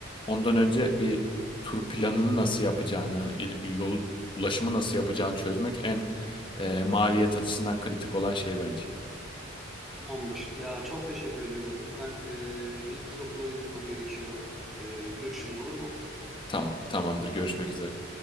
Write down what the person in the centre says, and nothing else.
Tamamdır. Ya çok teşekkür ediyorum. Ben e, bizim kız okula götürmem gerekiyor. E, görüşürüz olur mu?